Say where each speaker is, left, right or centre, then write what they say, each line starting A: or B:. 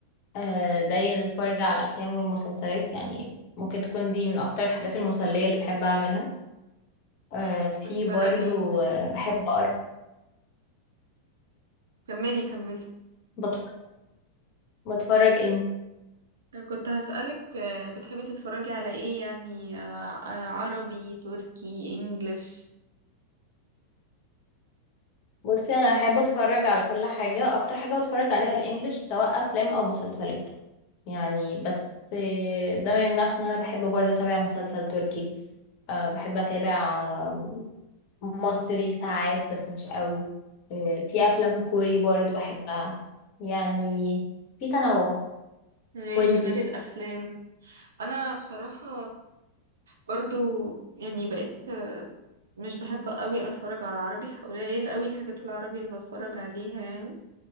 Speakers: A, on the left; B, on the right.
A: آه، زي الفرجة على الأفلام والمسلسلات يعني ممكن تكون دي من أكتر الحاجات المسلية اللي بحب أعملها آه، في
B: بتتفرجي
A: برضو آه، بحب أقرأ
B: كملي كملي
A: بتف- بتفرج ايه
B: كنت هسألك آه، بتحبي تتفرجي على ايه يعني آه، آه، عربي تركي انجليش
A: بصي أنا بحب أتفرج على كل حاجة أكتر حاجة بتفرج عليها الإنجليش سواء أفلام أو مسلسلات يعني بس آه، ده ما يمنعش ان انا بحب برضه اتابع مسلسل تركي آه، بحب اتابع آه، مصري ساعات بس مش قوي آه، في
B: مم.
A: افلام كوري برضه بحبها يعني في تنوع
B: ماشي
A: وانتي
B: غير الأفلام أنا بصراحة برضو يعني بقيت آه، مش بحب قوي أتفرج على عربي قليل قوي الحاجات العربي اللي بتفرج عليها يعني